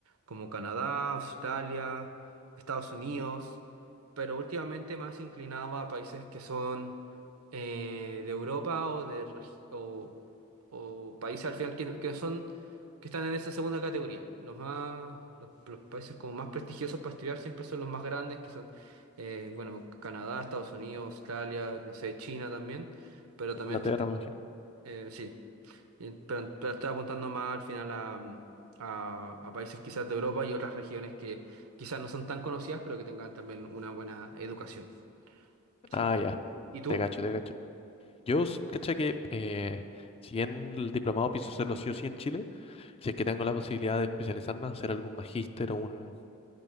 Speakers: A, on the right; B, on the left.
A: como Canadá, Australia, Estados Unidos, pero últimamente más inclinaba a países que son eh, de Europa o de regi- o, o países al final que, que no son que están en esa segunda categoría. Los más, los, los países como más prestigiosos para estudiar siempre son los más grandes, que son, eh, bueno, Canadá, Estados Unidos, Australia, no sé, China también, pero también
B: Inglaterra,
A: estoy, pe-
B: me imagino.
A: eh, sí, Y- pero, pero estoy apuntando más al final a, a- a países quizás de Europa y otras regiones que quizás no son tan conocidas, pero que tengan también una buena educación. Sí.
B: Ah, ya,
A: ¿Y, y- tú?
B: te cacho, te cacho. Yo, s- caché que eh, si bien el diplomado pienso hacerlo sí o sí en Chile, si es que tengo la posibilidad de especializarme, hacer algún magíster o un,